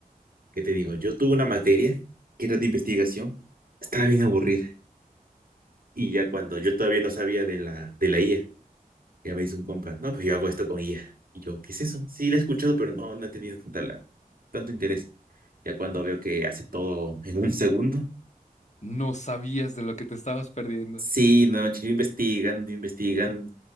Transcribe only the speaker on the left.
No sabías de lo que te estabas perdiendo,